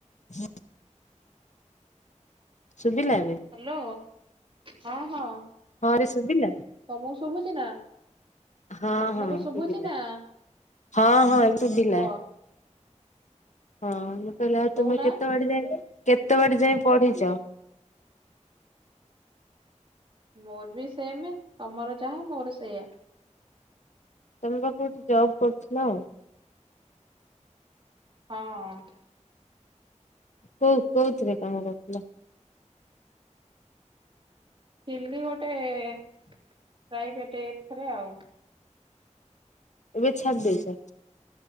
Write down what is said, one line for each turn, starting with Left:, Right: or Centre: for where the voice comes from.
Left: ଉଁ ଶୁଭିଲା ଏବେ?
Right: ହ୍ୟାଲୋ ହଁ ହଁ।
Left: ହଁ ରେ ଶୁଭିଲା
Right: ତମକୁ ଶୁଭୁଛି ନା
Left: ହଁ
Right: ତମକୁ
Left: ହଁ
Right: ଶୁଭୁଛି
Left: ଶୁଭିଲା
Right: ନା?
Left: ହଁ ହଁ ଏମ୍ ଚୁବିଲା।
Right: କୁହ
Left: ହଁ ମୁଁ କହିଲେ ଆଉ
Right: କହୁନା।
Left: ତୁମେ କେତେ ବାଡ଼େ ଯାକେ କେତେ ବାଡ଼େ ଯାଇ ପଢ଼ିଛ?
Right: ମୋର ବି ସେମ ତମର ଯାହା ମୋର ସେଇଆା।
Left: ତମେ ବା କୋଠି ଜବ୍ କରୁଥିଲ?
Right: ହଁ।
Left: କଉ କହୁଥିରେ କାମ କରୁଥିଲ?
Right: ଥିଲି ଗୋଟେ ପ୍ରାଇଭେଟ୍ ଏଥେରେ ଆଉ।
Left: ଏବେ ଛାଡ଼ି ଦେଇଛ?